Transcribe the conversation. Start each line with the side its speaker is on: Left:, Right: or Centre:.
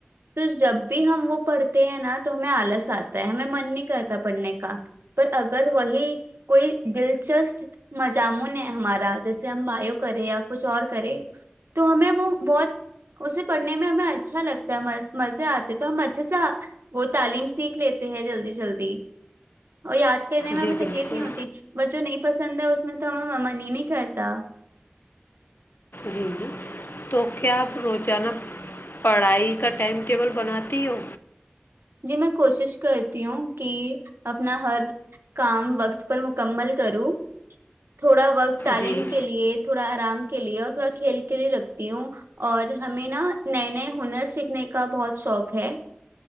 Right: تو جب بھی ہم وہ پڑھتے ہیں نا تو ہمیں آلس آتا ہے ہمیں من نہیں کرتا پڑھنے کا پر اگر وہی کوئی دلچسپ مضامن ہے ہمارا جیسے ہم بائیو کرے یا کچھ اور کرے تو ہمیں وہ بہت اسے پڑھنے میں ہمیں اچھا لگتا ہے مزے آتے تو ہم اچھے سے وہ تعلیم سیکھ لیتے ہیں جلدی جلدی اور یا کہنے میں
Left: جی
Right: ہمیں تکلیف
Left: بالکل
Right: نہیں ہوتی بس جو نہیں پسند ہے میں تو ہم مم نہیں ہی نہیں کرتا
Left: جی جی تو کیا روزانہ پڑھائی کا ٹائم ٹیبل بناتی ہو
Right: جی میں کوشش کرتی ہوں کہ اپنا ہر کام وقت پر مکمل کروں تھوڑا وقت تعلیم
Left: جی
Right: کے لیے تھوڑا آرام کے لیے اور تھوڑا کھیل کے لیے رکھتی ہوں اور ہمیں نا نئے نئے ہنر سیکھنے کا بہت شوق ہے